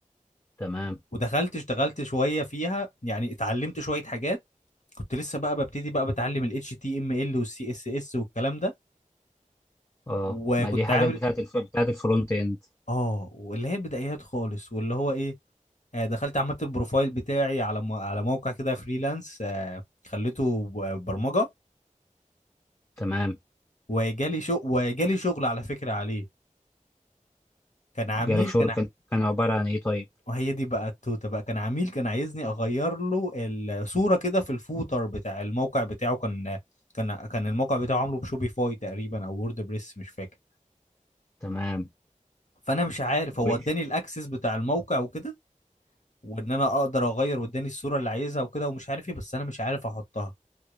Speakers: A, on the left; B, on the left.
A: تمام
B: ودخلت اشتغلت شويه فيها يعني اتعلمت شويه حاجات كنت لسه بقى ببتدي بقى بتعلم ال HTML وال CSS والكلام ده
A: اه
B: وكنت
A: ما دي حاجات
B: عامل
A: بتاعت الف... بتاعت الفرونت اند
B: اه واللي هي البدايات خالص واللي هو ايه آه، دخلت عملت البروفايل بتاعي على م... على موقع كده فريلانس آه، خليته ب- برمجه
A: تمام
B: وجالي شغل وجالي شغل على فكره عليه كان عميل
A: جالك شغل
B: كان
A: كان كان عباره عن ايه طيب
B: وهي دي بقى التوته بقى كان عميل كان عايزني اغير له الصوره كده في الفوتر بتاع الموقع بتاعه كان كان كان الموقع بتاعه عامله بشوبيفاي تقريبا او وورد بريس مش فاكر
A: تمام
B: فانا مش عارف
A: <laughs>
B: هو اداني الاكسس بتاع الموقع وكده وان انا اقدر اغير واداني الصوره اللي عايزها وكده ومش عارف ايه بس انا مش عارف احطها